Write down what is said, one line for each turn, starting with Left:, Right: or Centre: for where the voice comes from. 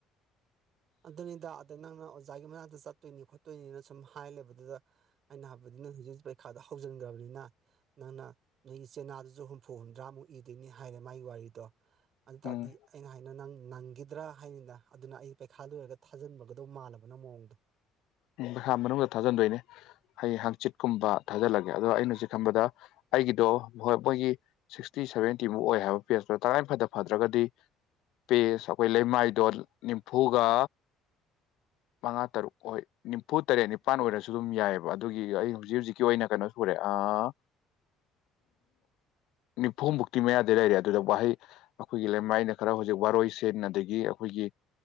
Right: ꯑꯗꯨꯅꯤꯗ ꯑꯗ ꯅꯪꯅ ꯑꯣꯖꯥꯒꯤ ꯃꯅꯥꯛꯇ ꯆꯠꯇꯣꯏꯅꯤ ꯈꯣꯠꯇꯣꯏꯅꯤꯅ ꯁꯨꯝ ꯍꯥꯏ ꯂꯩꯕꯗꯨꯗ ꯑꯩꯅ ꯍꯩꯕꯗꯤ ꯅ‌ꯣꯏ ꯍꯧꯖꯤꯛ ꯍꯧꯖꯤꯛ ꯄꯩꯈꯥꯗꯨ ꯍꯧꯖꯤꯟꯒ꯭ꯔꯕꯅꯤꯅ ꯅꯪꯅ ꯅꯣꯏꯒꯤ ꯆꯦꯅꯥꯗꯨꯁꯨ ꯍꯨꯝꯐꯨ ꯍꯨꯝꯗ꯭ꯔꯥꯃꯨꯛ ꯏꯗꯣꯏꯅꯤ ꯍꯥꯏꯔ‌ꯦ ꯃꯥꯒꯤ ꯋꯥꯔꯤꯗꯣ ꯑꯗꯨ ꯇꯔꯗꯤ
Left: ꯎꯝ
Right: ꯑꯩꯅ ꯍꯥꯏꯅ ꯅꯪ ꯅꯪꯒꯤꯗ꯭ꯔꯥ ꯍꯥꯏꯅꯤꯅ ꯑꯗꯨꯅ ꯑꯩ ꯄꯩꯈꯥ ꯂꯣꯏꯔꯒ ꯊꯥꯖꯤꯟꯕꯒꯗꯧ ꯃꯥꯜꯂꯕ ꯅꯪ ꯃꯑꯣꯡꯗꯣ
Left: ꯎꯝ ꯄꯩꯈꯥ ꯃꯅꯨꯡꯗ ꯊꯥꯖꯟꯗꯣꯏꯅꯦ ꯍꯌ‌ꯦꯡ ꯍꯪꯡꯆꯤꯠꯀꯨꯝꯕ ꯊꯥꯖꯤꯜꯂꯒꯦ ꯑꯗꯣ ꯑꯩꯅ ꯍꯧꯖꯤꯛ ꯈꯟꯕꯗ ꯑꯩꯒꯤꯗꯣ ꯍꯣꯏ ꯃꯣꯏꯒꯤ ꯁꯤꯛꯁꯇꯤ ꯁꯚꯦꯟꯇꯤꯃꯨꯛ ꯑꯣꯏ ꯍꯥꯏꯕ ꯄꯦꯖꯇ‌ꯣ ꯇꯉꯥꯏ ꯐꯗ ꯐꯗ꯭ꯔꯒꯗꯤ ꯄꯦꯖ ꯑꯩꯈꯣꯏ ꯂꯩꯃꯥꯏꯗꯣ ꯅꯤꯝꯐꯨꯒ ꯃꯉꯥ ꯇꯔꯨꯛ ꯑꯣꯏ ꯅꯤꯝꯐꯨ ꯇꯔꯦꯠ ꯅꯤꯄꯥꯟ ꯑꯣꯏꯔꯁꯨ ꯑꯗꯨꯝ ꯌꯥꯏꯑ‌ꯦꯕ ꯑꯗꯨꯒꯤ ꯑꯩ ꯍꯧꯖꯤꯛ ꯍꯧꯖꯤꯛꯀꯤ ꯑꯣꯏꯅ ꯀꯩꯅꯣ ꯁꯨꯔ‌ꯦ ꯑꯥ ꯅꯤꯐꯨꯃꯨꯛꯇꯤ ꯃꯌꯥꯗꯤ ꯂꯩꯔꯦ ꯑꯗꯨꯗ ꯋꯥꯍꯩ ꯑꯩꯈꯣꯏꯒꯤ ꯂꯩꯃꯥꯏꯅ ꯈꯔ ꯍꯧꯖꯤꯛ ꯋꯥꯔꯣꯏꯁꯤꯟ ꯑꯗꯒꯤ ꯑꯩꯈꯣꯏꯒꯤ